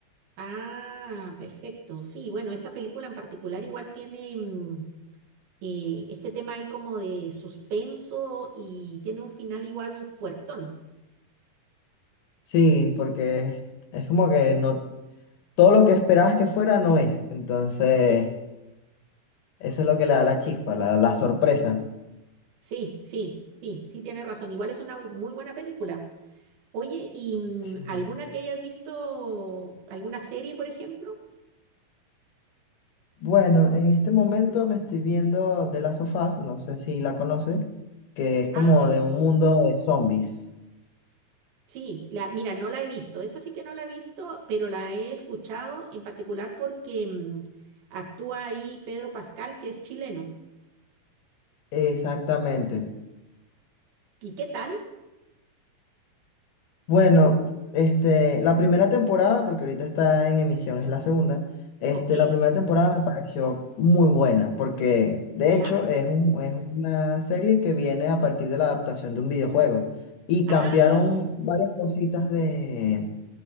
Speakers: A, on the right; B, on the left.
A: Ah, perfecto. Sí, bueno, esa película en particular igual tiene mm, eh, este tema ahí como de suspenso y tiene un final igual fuertón.
B: Sí, porque es como que no, todo lo que esperabas que fuera no es. Entonces,
A: Bien.
B: eso es lo que le da la chispa, la, la sorpresa.
A: Sí, sí, sí, sí, tiene razón. Igual es una bu- muy buena película. Oye, ¿y mm,
B: Sí.
A: alguna que hayas visto, alguna serie, por ejemplo?
B: Bueno, en este momento me estoy viendo The Last of Us, no sé si la conoces, que es como
A: Ah, sí,
B: de un mundo de zombies.
A: Sí, la, mira, no la he visto. Esa sí que no la he visto, pero la he escuchado en particular porque mm, actúa ahí Pedro Pascal, que es chileno.
B: Exactamente.
A: ¿Y qué tal?
B: Bueno, este, la primera temporada, porque ahorita está en emisión, es la segunda. Este,
A: Ok,
B: la primera temporada me pareció muy buena, porque de
A: ya.
B: hecho es un- es una serie que viene a partir de la adaptación de un videojuego. Y
A: Ah,
B: cambiaron varias cositas de